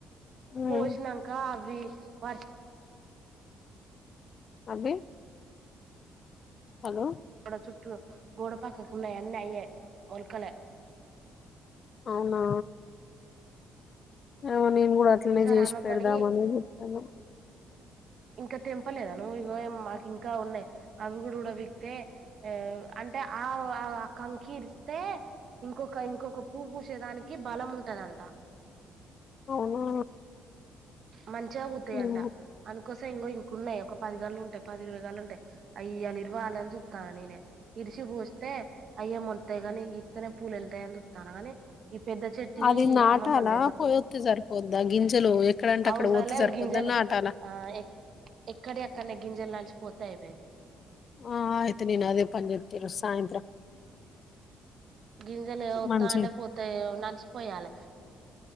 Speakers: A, on the left; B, on the right.
A: ఉమ్,
B: పోషినంక అవి వర్ష్
A: అవ్వి హలో
B: గోడ చుట్టూ గోడపక్కకు ఉన్నయి అన్నీ అయ్యె మొలకలే
A: అవునా అ నేను గుడా అట్లనే
B: ఈసారి
A: చేసి
B: అమ్మమ్మని
A: పెడదామని చెత్తన్నా
B: ఇంకా తెంపలేదా నువ్వు ఓయమ్మా మాక్ ఇంకా ఉన్నాయి అవి గుడా ఊడబిక్తే అంటే ఆ ఆ కంకి ఇరిస్తే ఇంకొక ఇంకొక పూ పూసేదానికి బలం ఉంటదంట
A: అవునా
B: మంచిగా పుత్తయంట
A: ఏమో.
B: అను కోస ఇంకో ఇంకున్నాయ్ ఒక పదిగాళ్లు ఉంటాయి పది ఇరవై గాళ్లు ఉంటాయి అయ్ ఇయ్యాల ఇరవాలి అని చుస్తన్న నేనే ఇరిసి పోస్తే అయ్యే మొలతాయ్ గని ఇత్తనే పూలు వెళ్తాయని చుత్తన గాని ఈ పెద్ద చెట్టుకి
A: అది నాటాలా
B: అమ్మమ్మని
A: పోయోత్తే సరిపోద్దా గింజలు ఎక్కడంటే
B: అవుసలే
A: అక్కడ పోతే సరిపోద్దా
B: గింజలు
A: నాటాలా
B: ఆ ఎక్ ఎక్కడియి అక్కడ్నే గింజలు జల్లాల్సి పోతే అయిపోయింది
A: ఆ ఆయితే నేను అదే పని చెత్త ఈరోజ్ సాయంత్రం
B: గింజలు వత్తా
A: మంచి
B: అంటే పోతాయో నల్సి పోయాల